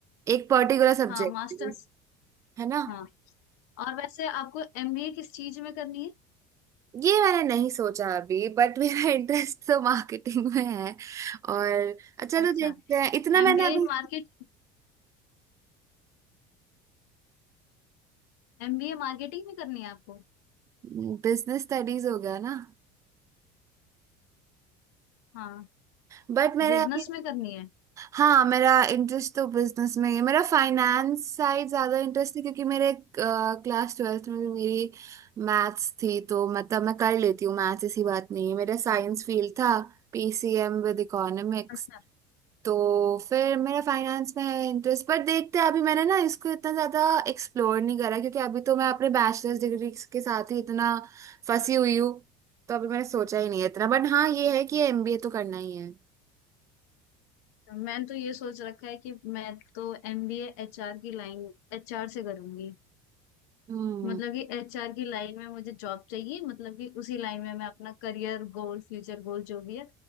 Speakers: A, on the right; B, on the left.
A: एक पर्टिकुलर सब्जेक्ट
B: हाँ मास्टर्स
A: है ना
B: हाँ और वैसे आपको एमबीए किस चीज में करनी है
A: ये मैंने नहीं सोचा अभी बट मेरा <laughs> इंटरेस्ट तो मार्केटिंग में है और चलो
B: अच्छा
A: देखते हैं इतना मैंने
B: एमबीए
A: अभी
B: in marketing एमबीए marketing में करनी है आपको
A: <laughs> बिजनेस स्टडीज हो गया ना
B: हाँ
A: बट मेरे
B: बिजनेस
A: अभी
B: में करनी है
A: हाँ मेरा इंटरेस्ट तो बिजनेस में ही है मेरा फाइनेंस साइड ज्यादा इंटरेस्ट है क्योंकि मेरे क्लास ट्वेल्थ में भी मेरी मैथ्स थी तो मतलब मैं कर लेती हूँ मैथ्स ऐसी बात नहीं है मेरा साइंस फील्ड था पीसीएम विद इकोनॉमिक्स
B: अच्छा
A: तो फिर मेरा फाइनेंस में है इंटरेस्ट पर देखते हैं अभी मैंने ना इसको इतना ज्यादा एक्सप्लोर नहीं करा क्योंकि अभी तो मैं अपने बैचलर्स डिग्री के साथ ही इतना फंसी हुई हूँ तो अभी मैंने सोचा ही नहीं है इतना बट हाँ ये है कि एमबीए तो करना ही है
B: तो मैंने तो ये सोच रखा है कि मैं तो एमबीए एचआर की लाइन एचआर से करूंगी
A: हम्म
B: मतलब कि एचआर की लाइन में मुझे जॉब चाहिए मतलब कि उसी लाइन में मैं अपना करियर गोल फ्यूचर गोल जो भी है